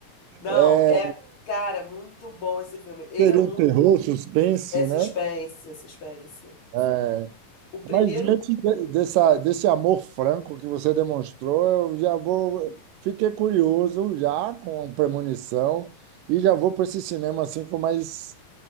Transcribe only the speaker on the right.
é,
seria
um terror, suspense,
né?
É,
Mas diante de- dessa, desse amor franco que você demonstrou, eu já vou. Fiquei curioso já com premonição e já vou para esse cinema assim com mais,